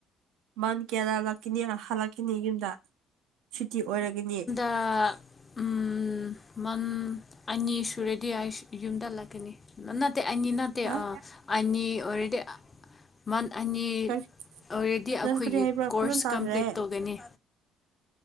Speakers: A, on the right; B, on the left.
A: ꯃꯟ ꯀꯌꯥꯂꯛꯈꯤꯅꯤ ꯍꯜꯂꯛꯀꯅꯤ ꯌꯨꯝꯗ ꯁꯨꯇꯤ ꯑꯣꯏꯔꯒꯅꯤ
B: ꯑ ꯎ ꯎ ꯃꯟ ꯑꯅꯤ ꯁꯨꯔꯦꯗꯤ ꯑꯩꯁꯨ ꯌꯨꯝꯗ ꯍꯜꯂꯛꯀꯅꯤ ꯅꯠꯇꯦ ꯑꯅꯤ ꯅꯠꯇꯦ
A: ꯍꯥ
B: ꯇꯦ ꯑ ꯑꯅꯤ ꯑꯣꯏꯔꯗꯤ ꯃꯟ ꯑꯅꯤ
A: ꯀꯔꯤ
B: ꯑꯣꯜꯔꯦꯗꯤ ꯑꯩꯈꯣꯏꯒꯤ
A: ꯅꯪ ꯀꯔꯤ ꯍꯥꯏꯕ꯭ꯔꯥ
B: ꯀꯣꯔꯁ
A: ꯐꯖꯅ ꯇꯥꯗ꯭ꯔꯦ
B: ꯀꯝꯄ꯭ꯂꯤꯠ ꯇꯧꯒꯅꯤ